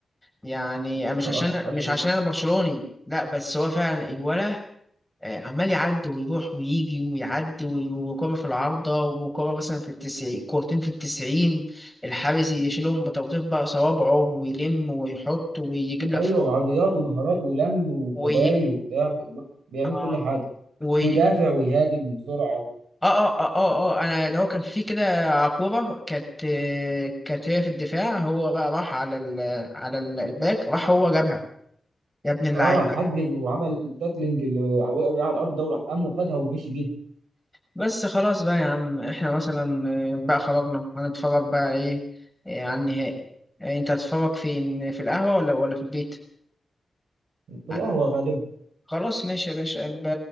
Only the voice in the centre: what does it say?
يعني
مش عشان مش
عشان
انا برشلوني لا بس هو فعلا الولد آه، عمال يعدي ويروح ويجي ويعدي وي- وكرة في العارضة وكرة مثلا في التسعين كورتين في التسعين الحارس يشيلهم بطبطيف بقى صوابعه ويلم ويحط ويجيب
لك فوق
وي...
آه
ويجيب
آه آه آه آه, آه أنا ده هو كان في كده كورة كانت آه، كانت هي في الدفاع هو بقى راح على ال... على ال- الباك راح هو جابها يا ابن اللعيبة
بس خلاص بقى يا عم احنا مثلا آه، بقى خرجنا هنتفرج بقى ايه آه، على النهائي آه، انت هتتفرج فين في القهوة ولا ولا في البيت
ع-
خلاص ماشي يا باشا أبقى